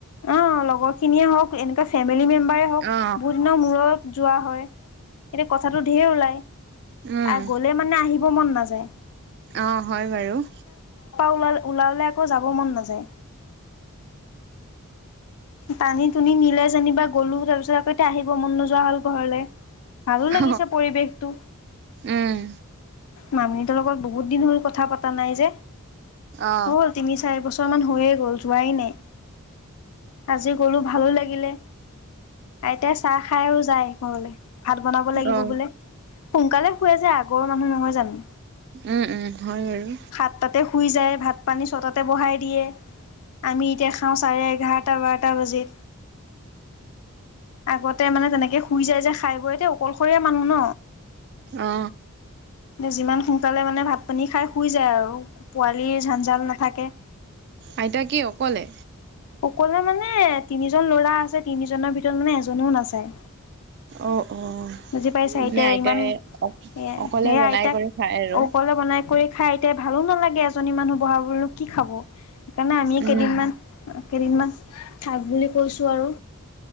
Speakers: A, on the left; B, on the right.
A: অ লগৰ খিনিয়ে হক এনেকুৱা ফেমিলি মেম ম্বাৰ হওক
B: অ
A: বহু দিনৰ মূৰত যোৱা হয়। এতিয়া কথাটো ধেৰ ওলাই
B: উম
A: আৰু গ'লে মানে আহিব মন না যায়।
B: অ হয় বাৰু।
A: ওল ওলাললে আকৌ যাব ব মন নাযায়। টানি টুনি নিলে যেনিবা গ'লো তাৰ পিছত আক এয়া আহিব মন নোযোৱা হ'ল ঘৰলৈ। ভালো লাগিছে
B: অ
A: পৰিৱেশটো
B: উম
A: মামি তেওঁল লগত বহুত দিন হল কথা পাতা নাই যে।
B: অ
A: হল তিনি চাৰে বছ বছৰান হৈয়ে গ'ল যোৱাই নাই। আজি গ'লো ভালো লাগিলে, আইতাই চাহ খায়ো আৰু যায় ঘৰলৈ। ভাত বনাব লাগিব
B: অ
A: বোলে, সোনকালে শুৱে যে আগ গৰ মানুহ নহয় জানো।
B: উম, উম, হয় বাৰু।
A: সাতটাতে শুই যায়, ভাত পানী ছটাতে বহাই দিয়ে। আমি এতিয়া খাওঁ চাৰে এঘাৰ টা বাৰটা বজি, আগতে মানে তেনেকে শুই যায় যে খাই বৈ এতিয়া অকলশৰীয়া মানুহ ন'।
B: অ
A: যিমান সোনকালে মানে ভাত পানী খাই শুই যায় আৰু। পোৱালিৰ ঝাণ্জাল নাথাকে।
B: আইতা কি অকলে
A: অকলে মানে তিনিজন ল'ৰা আছে, তিনিজনৰ ভিতৰত মানে এজনেও নাচায়।
B: অ', অ',
A: বুজি পাইছা
B: মানে
A: এতিয়া
B: আইতাই
A: ইমান
B: অ',
A: এ
B: অকলে
A: সেয়া
B: বনাই
A: আইতাক
B: কৰি খায় আৰু।
A: অকলে বনাই কৰি খাই আইতাই ভালো নালাগে, এজনী মানুহ বহা বোলো কি খাব। সেইকাৰণে আমি
B: উম
A: কেইদিনমান কেইদিনমান থাক বুলি কৈছোঁ আৰু।